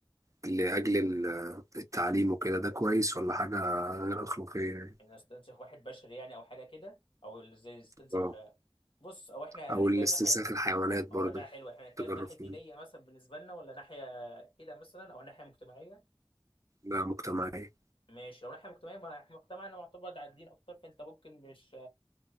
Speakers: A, on the right; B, on the left.
A: لأجل ال- التعليم وكده ده كويس ولا حاجة غير أخلاقية يعني
B: ان استنسخ واحد بشري يعني او حاجه كده او زي استنسخ
A: اه
B: آه، بص او احنا
A: أو
B: هنتكلم
A: الاستنساخ
B: ناحيه
A: الحيوانات برضه
B: اقول لك حاجه حلوه احنا هنتكلم
A: تجرب
B: ناحيه
A: فيه
B: دينيه مثلا بالنسبه لنا ولا ناحيه كده مثلا او ناحيه مجتمعيه
A: ده مجتمعية
B: ماشي لو ناحيه مجتمعيه ما احنا مجتمعنا معتمد على الدين اكتر فانت ممكن مش